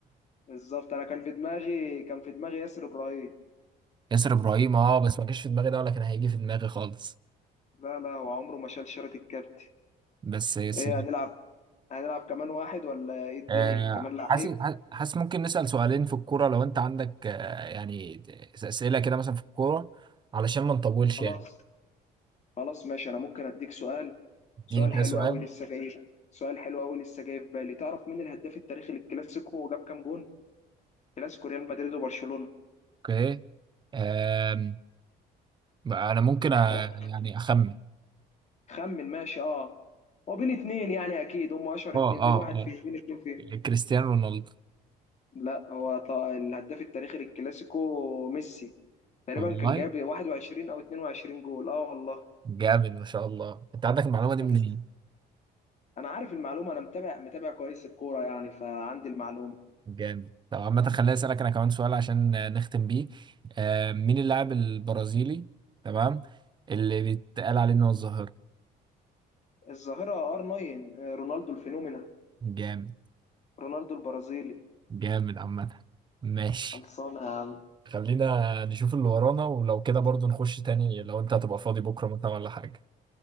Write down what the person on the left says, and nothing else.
بالظبط انا كان في دماغي كان في دماغي ياسر ابراهيم
لا لا هو عمره ما شال شارة الكابتن
ايه
هنلعب هنلعب كمان واحد ولا ايه الدنيا
كمان لعيب
خلاص
خلاص ماشي انا ممكن اديك سؤال
سؤال حلو
قوي لسه جاي سؤال حلو قوي لسه جاي في بالي تعرف مين الهداف التاريخي للكلاسيكو وجاب كام جون كلاسيكو ريال مدريد وبرشلونة
أه،
خمن ماشي اه هو بين اتنين يعني اكيد هم اشهر
اتنين
بين واحد
فيه بين اتنين فيه
لا هو ط- الهداف التاريخي للكلاسيكو ميسي تقريبا
كان جايب 21 او 22 جول اه والله
طب
است- انا عارف المعلومه انا متابع متابع كويس الكوره يعني فعندي المعلومه
الظاهره ار 9 رونالدو الفينومينا
رونالدو البرازيلي
خلصانة يا عم